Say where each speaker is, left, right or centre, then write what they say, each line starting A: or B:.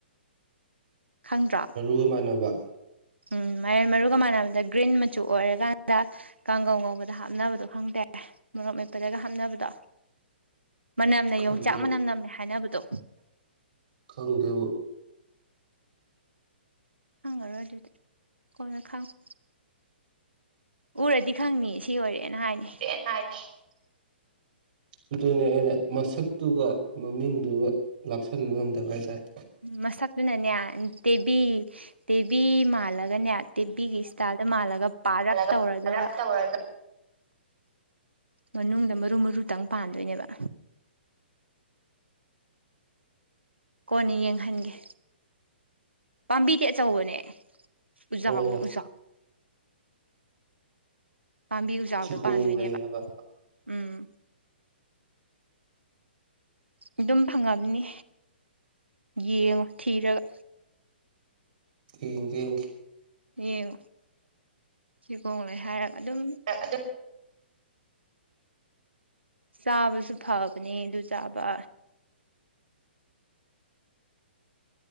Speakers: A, on the right (about 80°); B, on the right (about 50°).
A: ꯈꯪꯗ꯭ꯔꯣ
B: ꯌꯦꯛꯃꯥꯟꯅꯕ
A: ꯎꯝ ꯃꯔꯦꯟ ꯃꯔꯨꯒ ꯃꯥꯟꯅꯕꯗ ꯒ꯭ꯔꯤꯟ ꯃꯆꯨ ꯑꯣꯏꯔꯀꯥꯟꯗ ꯀꯥꯡꯒꯧ ꯉꯧꯕꯗ ꯍꯥꯞꯅꯕꯗꯣ ꯈꯪꯗꯦ ꯃꯣꯔꯣꯛ ꯃꯦꯠꯄꯗꯒ ꯍꯥꯞꯅꯕꯗꯣ ꯃꯅꯝꯅ
B: ꯈꯪꯗꯦ
A: ꯌꯣꯡꯆꯥꯛ ꯃꯅꯝ ꯅꯝꯃꯦ ꯍꯥꯏꯅꯕꯗꯣ
B: ꯈꯪꯗꯦꯕꯣ
A: ꯈꯪꯉꯔꯣꯏ ꯑꯗꯨꯗꯤ ꯀꯣꯟꯅ ꯈꯪꯉꯣ ꯎꯔꯗꯤ ꯈꯪꯅꯤ ꯁꯤ ꯑꯣꯏꯔꯦꯅ ꯍꯥꯏꯅꯤ
B: <unintelligible> ꯑꯗꯨꯅꯦ ꯑꯩꯅ ꯃꯁꯛꯇꯨꯒ ꯃꯃꯤꯡꯗꯨꯒ ꯂꯥꯛꯁꯟꯕ ꯉꯝꯗꯕ ꯍꯥꯏꯇꯥꯔꯦ
A: ꯃꯁꯛꯇꯨꯅꯅꯦ ꯇꯦꯕꯤ ꯇꯦꯕꯤ ꯃꯥꯜꯂꯒꯅꯦ ꯇꯦꯚꯤꯒꯤ ꯏꯁꯇꯥꯏꯜꯗ ꯃꯥꯜꯂꯒ ꯄꯔꯞ
B: ꯍꯜꯂꯒ
A: ꯇꯧꯔ ꯗꯨꯒ
B: ꯔꯞ ꯇꯧꯔꯒ
A: ꯃꯅꯨꯡꯗ ꯃꯔꯨ ꯃꯔꯨꯇꯪ ꯄꯥꯟꯗꯣꯏꯅꯦꯕ ꯀꯣꯟꯅꯦ ꯌꯦꯡꯍꯟꯒꯦ ꯄꯥꯝꯕꯤꯗꯤ ꯑꯆꯧꯕꯅꯦ ꯎꯖꯥꯎꯅꯦ
B: ꯑꯣ
A: ꯎꯖꯥꯎ ꯄꯥꯝꯕꯤ ꯎꯖꯥꯎꯗ
B: ꯆꯤꯒꯣꯡ
A: ꯄꯥꯟꯗꯣꯏꯅꯦꯕ
B: ꯂꯩ ꯍꯥꯏꯕ
A: ꯎꯝ ꯑꯗꯨꯝ ꯐꯪꯉꯝꯅꯤ ꯌꯦꯡꯉꯣ ꯊꯤꯔꯒ
B: ꯌꯦꯡꯒꯦ ꯌꯦꯡꯒꯦ
A: ꯌꯦꯡꯉꯣ ꯆꯤꯒꯣꯡꯂꯩ ꯍꯥꯏꯔꯒ ꯑꯗꯨꯝ
B: ꯑꯗꯨꯝ
A: ꯆꯥꯕꯁꯨ ꯐꯕꯅꯦ ꯑꯗꯨ ꯆꯥꯕ